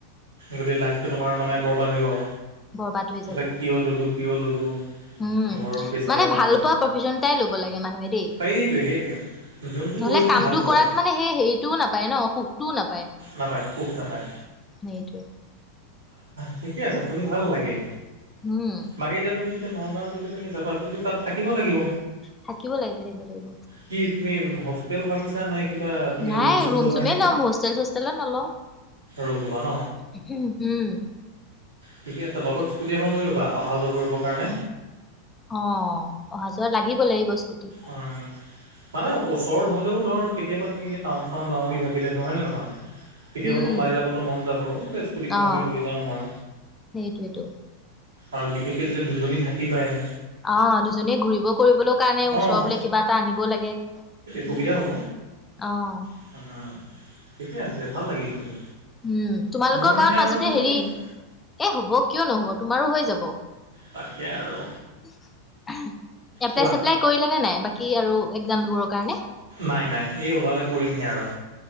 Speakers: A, on the right (about 75°); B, on the left (about 15°).
A: গোটেই লাইফটো তোমাৰ মানে বৰবাদ হৈ যাব,
B: বৰবাদ হৈ
A: বোলে
B: যাব
A: কিয় ল'লো, কিয় ল'লো।
B: উম,
A: ঘৰৰ প্ৰেছাৰত
B: মানে ভাল
A: মই
B: পোৱা প্ৰফেশচনটাই লব লাগে মানুহে দেই।
A: সেইটোৱে সেইটোৱে যোনটো
B: নহলে
A: কৰি তুমি
B: কামটো
A: ভাল পোৱা
B: কৰাত মানে সেই হেৰিটোও নাপায় ন সুখটোও নাপায়।
A: নাপায় সুখ নাপায়
B: সেইটোৱে।
A: ঠিকে আছে, শুনি ভাল লাগিল।
B: উম।
A: বাকী এতিয়া তুমি যেতিয়া নগাঁৱত যেতিয়া তুমি যাবা তুমি তাত থাকিব লাগিব।
B: থাকিব লাগিব, থাকিব লাগিব।
A: কি তুমি হোষ্টেল ভাবিছা নে? কিবা তুমি
B: নাই
A: ৰুম চুম ল'বা
B: চুমেই
A: এনেকুৱা
B: ল'ম হোষ্টেল চোষ্টেলত নলওঁ।
A: ৰুম ল'বা ন।
B: উম।
A: ঠিকে আছে লগত স্কুটি এখন লৈ ল'বা অহা যোৱা কৰিবৰ কাৰণে।
B: অ', অহা যোৱা লাগিব, লাগিব এই স্কুটি।
A: উম, মানে ওচৰত হ'লেও ধৰ কেতিয়াবা তুমি এনে টাউ চাউন যাওঁ বুলি ভাবিলে ধৰ হয় ননেে নহয়। কেতিয়াবাতো
B: উম,
A: ওলাই যাবলৈ মন যাব বোলে স্কুটিখনকে
B: অ',
A: লৈ যাওঁ মই।
B: সেইটোৱেতো।
A: আৰু বিশেষকে যেতিয়া দুজনী থাকি পায়।
B: অ, দুজনীয়ে ঘূৰিব কৰিবলও কাৰণে ওচৰ
A: অঁ
B: বোলে কিবা এটা আনিব লাগে সেইটোৱে।
A: সুবিধা হ'ব
B: অ'।
A: <unintelligible> ঠিকে আছে, ভাল লাগিল শুনি।
B: উম, তোমালোকৰ
A: মোৰহে
B: গান
A: আৰু
B: মাজতে
A: জানো
B: হেৰি,
A: কি হয়
B: এ হব কিয় নহব। তোমাৰো হৈ যাব।
A: তাকে আৰু।
B: এপলাই
A: কোৱা
B: চেপলাই কৰিলেগে নাই? বাকি আৰু এক্সাম দিবৰ কাৰণে।
A: নাই নাই, এই ওলালে কৰিমহে আৰু।